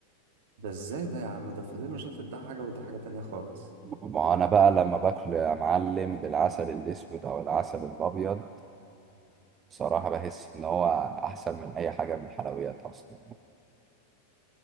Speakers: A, on the right; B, on the right.
A: ده إزاي ده يا عم ده الفطير مشلتت ده حاجة وده حاجة تانية خالص
B: ما انا بقى لما باكله يا معلم بالعسل الاسود او العسل الابيض بصراحه بحس ان هو احسن من اي حاجه من الحلويات اصلا